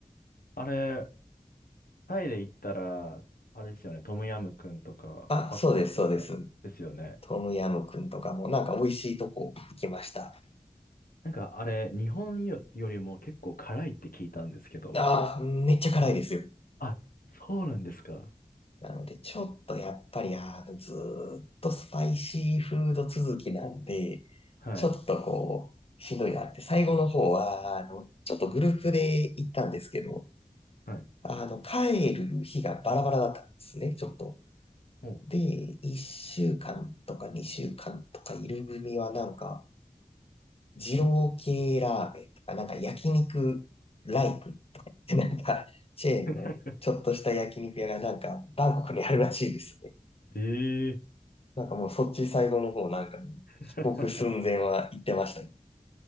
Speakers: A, on the left; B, on the left.
A: あれ、タイで行ったら、あれですよね。トムヤムクンとか、
B: あ、
A: パッタイとかですよね。
B: そうです、そうです。トムヤム君とかも、なんか美味しいとこ行きました。
A: なんかあれ、日本よ、よりも結構辛いって聞いたんですけど。
B: ああ、めっちゃ辛いですよ。
A: あ、そうなんですか。
B: なので、ちょっとやっぱり、あの、ずーっとスパイシーフード続きなんで、
A: はい。
B: ちょっとこう、しんどいなって、最後の方は、あの、ちょっとグループで行ったんですけど、
A: はい。
B: あの、帰る日がバラバラだったんですね、ちょっと。
A: おう。
B: で、1週間とか2週間とかいる組はなんか、二郎系ラーメンとか、なんか焼肉ライクってなんか、チェーンのちょっとした焼肉屋がなんか、
A: <laughs>
B: バンコクにあるらしいですね
A: ええ
B: なんかもうそっち最後の方なんか、
A: <laughs>
B: 帰国寸前は行ってましたね。